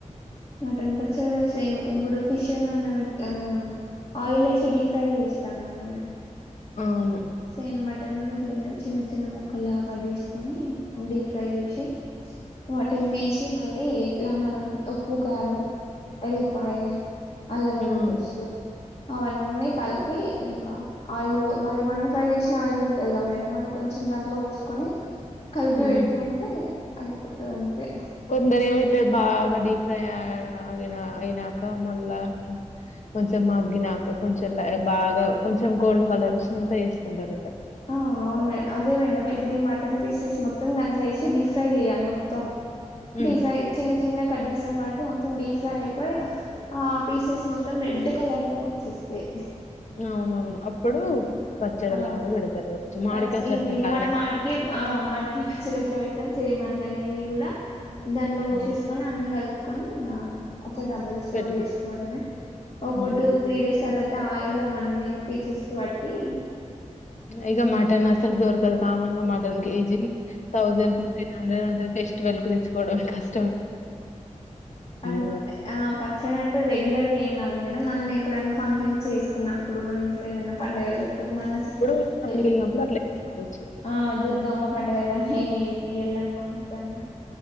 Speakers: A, on the left; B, on the left.
A: మటన్ పచ్చడ ఆ సేమ్ ఇప్పుడు ఫిష్ ను మనం ఎట్ల ఆ ఆయిల్ ఎసి డిఫ్రై చేస్తాం కదా మేడం
B: అవును
A: సేమ్ మటన్ కూడా అట్లనే చిన్న చిన్న ముక్కలుగా కట్ చేసుకుని డీప్ ఫ్రై చేసి వాటిని తీసి మళ్ళీ ఇట్లా మనం ఉప్పు కారం ఎల్లిపాయే అల్లం వెల్లుల్లి
B: అవును.
A: పేస్ట్ అవన్నీ కలిపి ఇంకా ఆయిల్ ఓ మళ్లీ మనం ఫ్రై చేసిన ఆయిల్ ఉంటది గా మేడం అది కొంచెం దాంట్లో పోసుకొని కలిపి
B: హ్మ్.
A: పెట్టుకుంటే అయిపోతది అంతే
B: కొందర ఏమో ఇట్లా బాగా డీఫ్రై ఆ అదేనా అయినాక మళ్ళా అట్లా కొంచెం మగ్గినాక కొంచెం లే బాగా కొంచెం గోల్డ్ కలర్ వచ్చినాక వేసుకుంటారట
A: ఆ అవును మే అదే మేడం ఇప్పుడు ఈ మటన్ పీసెస్ మొత్తం దాంట్లో వేసి డీప్ ఫ్రై చేయాలి మొత్తం
B: హ్మ్
A: డీ ఫ్రై చిన్న చిన్న గ కట్ చేస్తాం కాట్ త మొత్తం డీప్ ఫ్రై అయిపోయి ఆ పీసెస్ మొత్తం రెడ్ కలర్ లోకి వచ్చేస్తాయి
B: అవును అవును అప్పుడు
A: ఆ
B: పచ్చడిలాగా
A: ఆ
B: పెడతరు మామిడికాయ
A: పచ్చ
B: చట్నీ
A: ఇవి ఇగ
B: లాగా
A: మనం మాడికి ఆ మాడికి పచ్చడి ఎట్ల పెడతాం సేమ్ అట్లనే ఇది గుడా దాంట్లో పోసేసుకొని
B: హ్మ్.
A: అన్ని కలుపుకొని ఇంగా ఒక డబ్బ లో స్టోర్
B: పెట్టుకు
A: చెసుకోవడమే ఒక
B: హ్మ్
A: టూ, త్రీ డేస్ తర్వా త ఆయిల్ అవన్నీ పీసెస్కి బట్టి
B: ఇగ మటన్ అసలు దొరకదు కామన్గా mutton kg thousand, fifteen hundred ఉంటయి ఫెస్టివల్కి తెచ్చుకోవడానికి అస
A: అంటే
B: మనకు
A: ఆ పచ్చడి అంటే రెగ్యులర్గా ఏం గాదు అయిన మనం ఎప్పుడన్నా ఫంక్షన్స్ చేసుకున్నా ప్పుడు మన ఇంట్లో ఏదన్నా పండగలు ఇప్పుడు మన <unintelligible>
B: ఇప్పుడు మిగిలినప్పుడు అట్లా చేసుకోవచ్చు
A: ఆ దుర్గామ్మ పండగలకి ఇది ఎల్లమ్మ కనీ